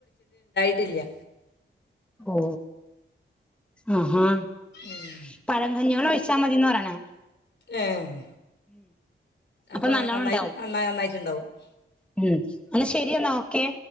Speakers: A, on the left; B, in the centre.
A: ട്ടില്ല
B: ഓ ആഹാ
A: ഉം.
B: <unintelligible> കഞ്ഞി വെള്ളം ഒഴിച്ചാ മതിന്നാ പറയ്ണേ
A: ഏഹ്
B: അപ്പൊ
A: അപ്പോ
B: നല്ലോണം
A: നന്നായി
B: ഉണ്ടാവും
A: നന്നാ നന്നായിട്ട്ണ്ടാകും- <inaudible>
B: ഉം എന്നാ ശരി എന്നാ ഓക്കെ-